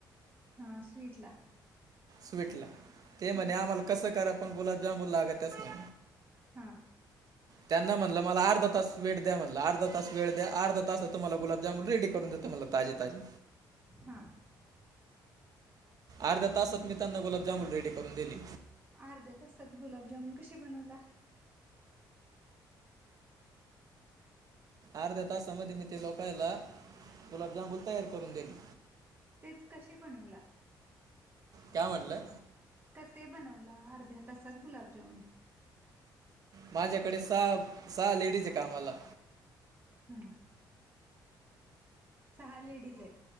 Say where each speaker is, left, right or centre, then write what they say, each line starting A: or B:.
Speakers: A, on the right (about 25°); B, on the right (about 50°).
A: हा स्वीटला.
B: स्वीटला ते म्हणे
A: हां
B: आम्हाला कसं करा पण गुलाबजामून लागतच न्हाय.
A: हां
B: <inaudible> त्यांना म्हणटलं मला अर्ध तास वेळ द्या म्हणलं अर्ध तास वेळ द्या अर्ध्या तासात तुम्हाला गुलाब जामून रेडी करून देतो म्हणलं ताजे. ताजी.
A: हा.
B: अर्ध्या तासात मी त्यांना गुलाबजामुन रेडी करून दिली.
A: अर्ध्या तासात गुलाबजामून कशे बनवला?
B: अर्ध्या तासामध्ये मी ते लोकांला गुलाबजांबूल तयार करून दिली.
A: तेच कसे बनवला?
B: काय म्हणलं?
A: कसही बनवला अर्ध्या तासात गुलाबजामन.
B: माझ्याकडे सहा सहा लेडीज आहे कामाला.
A: हम्म. सहा लेडीज आहेत,